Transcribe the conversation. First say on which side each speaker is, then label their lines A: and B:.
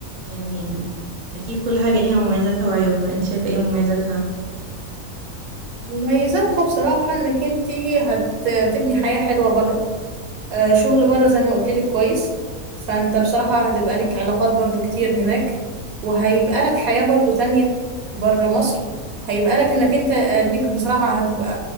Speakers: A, on the right; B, on the right.
A: يعني اكيد كل حاجة ليها مميزاتها وعيوبها انت شايفة ايه مميزاتها
B: مميزاتها بصراحة انك انتي هتبني حياة حلوة بره آه، شغل بره زي ما قلتلك كويس فانت بصراحة هتبقى ليك علاقات برضو كتير هناك وهيبقى لك حياة برضو تانية بره مصر هيبقى لك انك انت آه، ليك بصراحة هتبقى